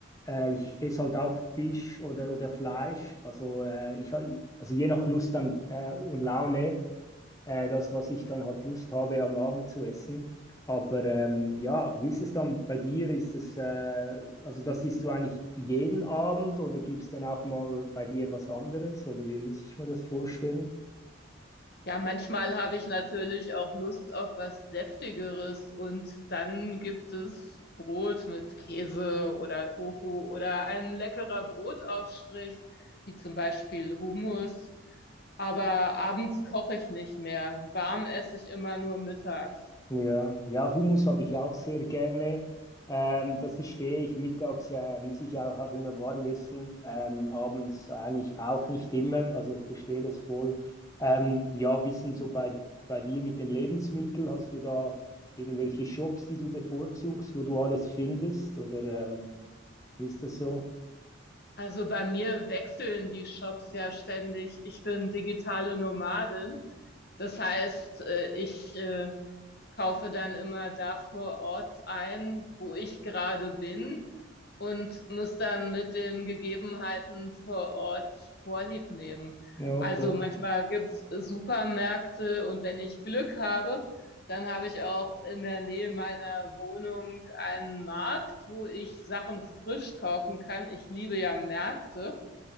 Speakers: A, on the left; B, on the left.
A: Äh, ich esse halt auch Fisch oder, oder Fleisch. Also, äh, ich, also je nach Lust dann, äh, und Laune. äh, das, was ich dann halt Lust habe, am Abend zu essen. Aber ähm, ja, wie ist es dann bei dir? Ist es, äh, also das isst du eigentlich jeden Abend oder gibt es dann auch mal bei dir was anderes? Oder wie muss ich mir das vorstellen?
B: Ja, manchmal habe ich natürlich auch Lust auf was Deftigeres und dann gibt es Brot mit Käse oder Tofu oder ein leckerer Brotaufstrich, wie zum Beispiel Hummus. Aber abends koche ich nicht mehr. Warm esse ich immer nur mittags.
A: Ja, ja, Hummus habe
B: Und
A: ich ja
B: du?
A: auch sehr gerne. Ähm, das verstehe ich. Mittags äh, muss ich auch, auch immer warm essen. Ähm, abends eigentlich auch nicht immer. Also verstehe das voll. Ähm, ja, wissen so bei, bei dir mit den Lebensmitteln, hast du da irgendwelche Shops, die du bevorzugst, wo du alles findest? Oder ähm, wie ist das so?
B: Also bei mir wechseln die Shops ja ständig. Ich bin digitale Nomadin. Das heißt, äh, ich äh, kaufe dann immer da vor Ort ein, wo ich gerade bin und muss dann mit den Gegebenheiten vor Ort Vorlieb nehmen.
A: Ja,
B: Also
A: okay.
B: manchmal gibt's Supermärkte und wenn ich Glück habe, dann habe ich auch in der Nähe meiner Wohnung einen Markt, wo ich Sachen frisch kaufen kann. Ich liebe ja Märkte.